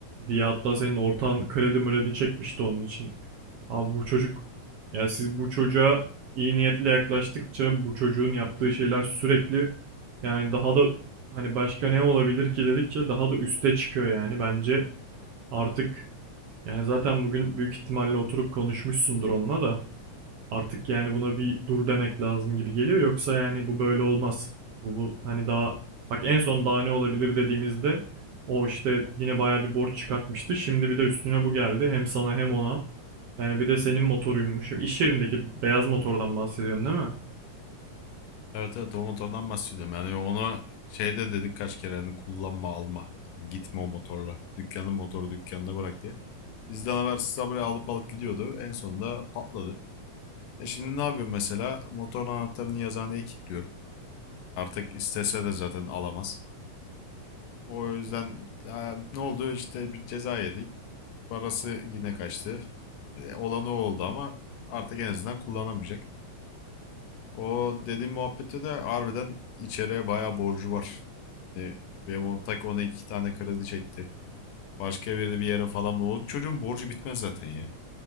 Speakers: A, on the right (about 65°); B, on the left (about 75°).
A: diye hatta senin ortağın kredi mredi çekmişti onun için. Abi bu çocuk yani siz bu çocuğa iyi niyetle yaklaştıkça bu çocuğun yaptığı şeyler sürekli yani daha da hani başka ne olabilir ki dedikçe daha da üste çıkıyor yani bence Artık yani zaten bugün büyük ihtimalle oturup konuşmuşsundur onunla da artık yani buna bir dur demek lazım gibi geliyor yoksa yani bu böyle olmaz. Bu, bu hani daha bak en son daha ne olabilir dediğimizde o işte yine bayağı bir borç çıkartmıştı. Şimdi bir de üstüne bu geldi hem sana hem ona. Yani bir de senin motoruymuş. Hem iş yerindeki beyaz motordan bahsediyorsun değil mi?
B: Evet evet o motordan bahsediyorum. Yani onu şeyde dedik kaç kere hani kullanma alma. Hani gitme o motorla. Dükkanın motoru dükkanına bırak diye. Bizden habersiz habire alıp alıp gidiyordu. En sonunda patladı. E şimdi ne yapıyorum mesela? Motorun anahtarını yazıhaneye kilitliyorum. Artık istese de zaten alamaz. O yüzden e, ne oldu? İşte bir ceza yedik. Parası yine kaçtı. E, Olan o oldu ama artık en azından kullanamayacak. O dediğim muhabbette de harbiden içeriye bayağı borcu var. E, benim ortak ona iki tane kredi çekti. Başka biri bir yere falan. O çocuğun borcu bitmez zaten ya.